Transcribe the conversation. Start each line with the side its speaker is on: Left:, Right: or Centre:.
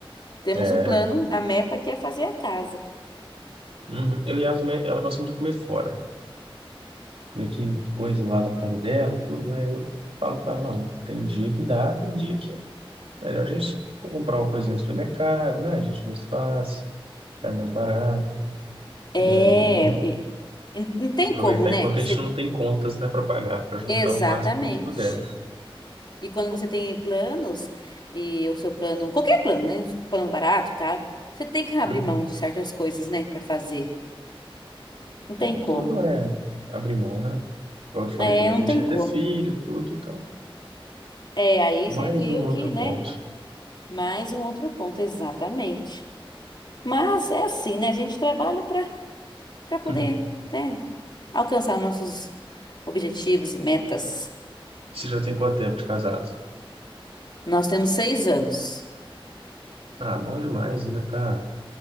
Left: Temos
Right: é,
Left: o plano, a meta que é fazer a casa.
Right: Uhum. Eu e ela também, ela gosta muito de comer fora. Comer que coisa lá da casa dela, tudo, né? Eu falo para ela, não, tem dia que dá, tem dia que é melhor a gente comprar uma coisinha no supermercado, né? A gente mais fácil, sai mais barato.
Left: É.
Right: E aí,
Left: e- e Não tem
Right: aproveitar
Left: como, né?
Right: enquanto
Left: Você-
Right: a gente não tem contas, né, para pagar, para juntar
Left: Exatamente.
Right: o máximo que a gente puder.
Left: E quando você tem planos, e o seu plano, qualquer plano, né? Plano barato, caro, você tem que abrir
Right: Uhum.
Left: mão de certas coisas, né, Pra fazer. Não tem
Right: É,
Left: como.
Right: tudo é abrir mão, né? Igual eu te falei
Left: É,
Right: também
Left: não
Right: que a
Left: tem
Right: gente quer
Left: como.
Right: ter filho, tudo, então.
Left: É, aí
Right: Mais
Left: você viu
Right: um outro
Left: que, né?
Right: ponto.
Left: Mais um outro ponto, exatamente. Mas é assim, né? A gente trabalha pra para poder,
Right: <laughs>
Left: né, alcançar nossos objetivos e metas.
Right: Você já tem quanto tempo de casado?
Left: Nós temos seis anos.
Right: Ah, bom demais, ainda tá.